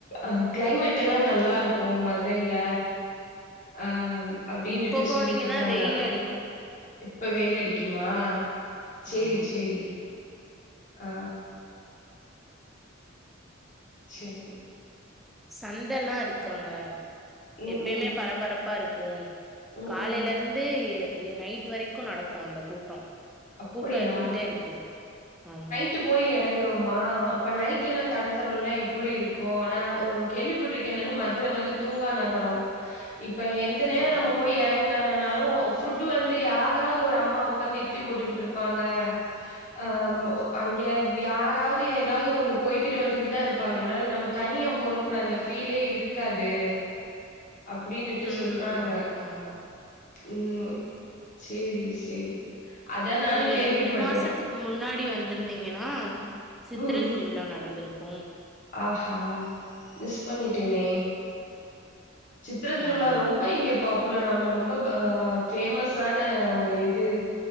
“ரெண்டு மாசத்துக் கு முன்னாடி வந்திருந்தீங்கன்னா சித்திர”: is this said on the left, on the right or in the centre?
Centre